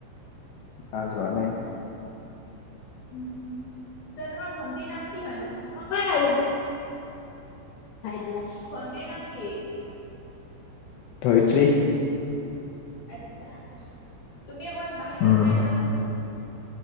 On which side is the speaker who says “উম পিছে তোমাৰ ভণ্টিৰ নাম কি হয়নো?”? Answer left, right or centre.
Left